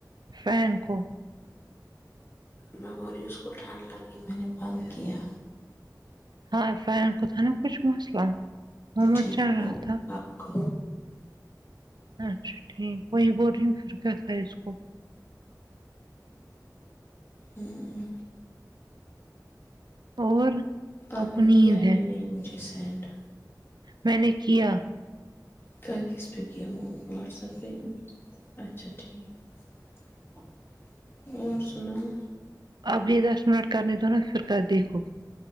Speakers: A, on the right; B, on the left.
A: فین کو
B: میں بولی اس کو ٹھنڈ لگی میں نے بند کیا
A: ہاں فین کو تھا نا کچھ مسئلہ وہ مت
B: ٹھیک
A: چل رہا
B: ہو
A: تھا
B: اپ کا
A: اچھا ٹھیک وہی بول رہی ہوں کچھ کرتا ہے اس کو
B: ہوں
A: اور
B: آپ
A: کو
B: نے
A: نیند
B: کیا ہی
A: ہے
B: نہیں مجھے سینڈ
A: میں نے کیا
B: کا کس پے کیا واٹس ایپ پہ اچھا ٹھیک اور سناؤ
A: اب یہ دس منٹ کرنے دو نا پھر کر دیکھو